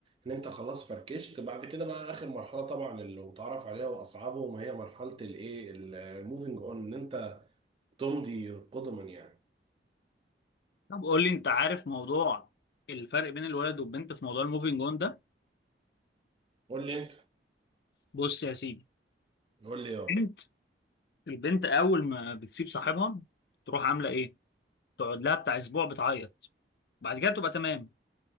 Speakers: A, on the right; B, on the left.
A: ان انت خلاص فركشت بعد كده بقى اخر مرحلة طبعا اللي متعرف عليها واصعبهم هي مرحلة الايه الموفينج اون ان انت تمضي قدما يعني
B: طب قول لي انت عارف موضوع الفرق بين الولد والبنت في موضوع الموفينج اون ده
A: قول لي انت
B: بص يا سيدي
A: قول لي يابا
B: البنت البنت اول ما بتسيب صاحبها تروح عامله ايه تقعد لها بتاع اسبوع بتعيط بعد كده تبقى تمام